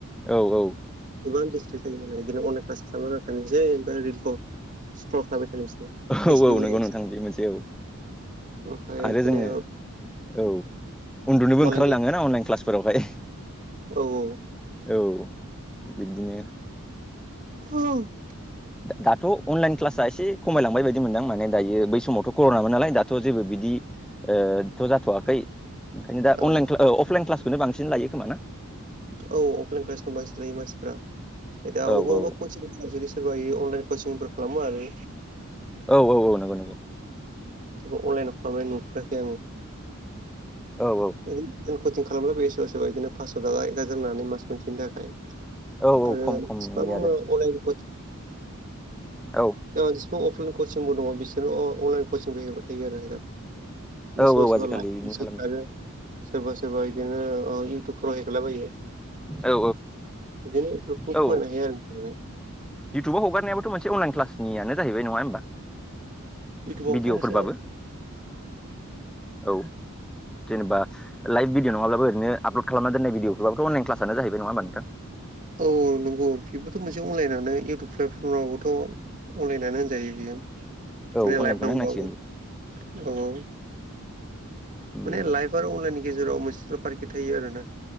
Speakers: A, in the centre; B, on the right.
A: औ औ
B: गोबां डिस्ट्रेक्ट जायो नालाय बिदिनो अनलाइन क्लास खालामनाां थानोसै ओमफ्राय रिल स् थाबाय थानोसै फेसबुक
A: औ औ नंगौ
B: ओमफ्राय
A: नोंथां बे मोनसे औ आरो
B: बिदिनो
A: जोङो औ उन्दुनोबो
B: मालायनि
A: ओंखारलाङ ना अनलाइन क्लासफोरावहाय
B: औ औ
A: औ बिब्दिनो
B: अ
A: दाथ' अनलाइन क्लास एसे खमायलांबाय बायदि मोनदों माने दायो बै समावथ' कर'नामोन नालाय दाथ' जेबो बिदिथ' ओ जाथ'वाखै ओंखायनो दा
B: औ
A: अनलाइन आअफलाइन क्लासखौनो बांसिन लायो खोमा ना
B: औ अफलाइन क्लासखौनो बांसिन लायो मानसिफ्रा दा
A: औ
B: अब
A: औ
B: अबा क सोरब ए अनलाइन कचिंफोर खालामो आरो
A: औ औ औ नंगौ नंगौ
B: जेबो अनलाइनाव खालामनाय नुफेराखै
A: औ औ
B: आङो जों कचिं खालामब्ला बेसेबा सोरबा बिदिनो पासस' थाखा एकगा जनानै मास मोनसेनि थाखाय
A: औ औ
B: आरो
A: खम खम
B: बेसेबां
A: नुयो आरो
B: अराय दङ
A: औ
B: जेसिबां अफलाइन कचिंबो दङ बिसि बि अनलाइन कचिंबो हैबाय थायो आरो
A: औ
B: सोरबा
A: औ
B: सोरबा
A: आजिखालि
B: लाइ
A: बिदिनो
B: सोरबा
A: खालामो
B: सोरबा बिदिनो इउटुबफोराव हेगारलाबायो
A: औ
B: बिदिनो इउटुबखौ
A: औ औ
B: फरायनो हायो आरो नानै
A: इउटुबाव हगारनायाबोथ' मोनसे अनलाइन क्लास जाहैबाय नङा हबा
B: इउटुबावबोथ'
A: भिडअफोरबो
B: मोनसे
A: औ जेनेबा लाइभ भिडिअ' नङाब्लाबो ओरैनो आपल'ड खालामना दोननाय भिअफोरखौब्लाथ' अनलाइन कसआ जाहैबाय नङा हमबा नोंथां
B: औ नंगौ बेबोथ' मोनसे अनलाइनानो इयउटुब प्लेटफर्मावबोथ' अनलाइनानो होनजायो बे
A: औ
B: मे
A: अनलाइनखौनो
B: लाइफ दंबावो
A: होनांसिगोन
B: औ औ
A: बेनो
B: माने लाइफ आरो अनलाइननि गेजेराव मोनसेल' फारखि थायो आरो ना